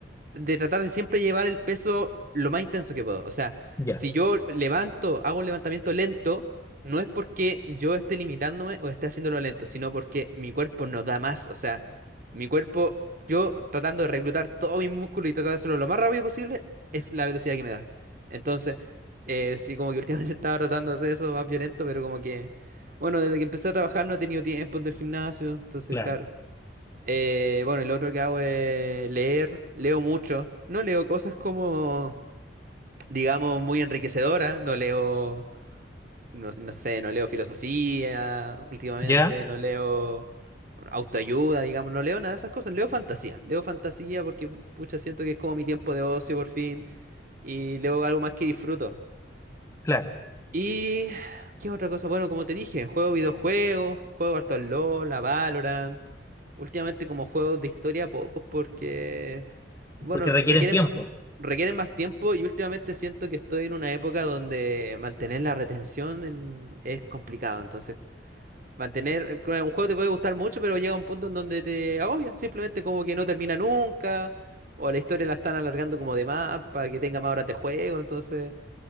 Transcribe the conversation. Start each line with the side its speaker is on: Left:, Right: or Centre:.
Right: de tratar de siempre llevar el peso lo más intenso que puedo. O sea,
Left: Ya,
Right: si yo levanto, hago un levantamiento lento, no es porque yo esté limitándome o esté haciéndolo lento, sino porque mi cuerpo no da más. O sea, mi cuerpo, yo tratando de reclutar todo mi músculo y tratar de hacerlo lo más rápido posible, es la velocidad que me da. Entonces, eh, sí, como que últimamente <laughs> estaba tratando de hacer eso más violento, pero como que, bueno, desde que empecé a trabajar no he tenido tiempo del gimnasio, entonces,
Left: claro.
Right: claro. Eh, bueno, y lo otro que hago es leer, leo mucho. No leo cosas como, digamos, muy enriquecedoras. No leo, no, sé, no sé, no leo filosofía últimamente,
Left: Ya,
Right: no leo autoayuda, digamos, no leo nada de esas cosas. Leo fantasía, leo fantasía porque, pucha, siento que es como mi tiempo de ocio por fin. Y leo algo más que disfruto.
Left: claro.
Right: Y. ¿Qué otra cosa? Bueno, como te dije, juego videojuegos, juego harto al LoL, a Valorant. Últimamente como juegos de historia pocos porque, bueno,
Left: Porque requieren
Right: requieren,
Left: tiempo.
Right: ma- requieren más tiempo y últimamente siento que estoy en una época donde mantener la retención en- es complicado. Entonces, mantener, claro, un juego te puede gustar mucho, pero llega un punto en donde te agobia. Simplemente como que no termina nunca o la historia la están alargando como de más para que tenga más horas de juego. Entonces...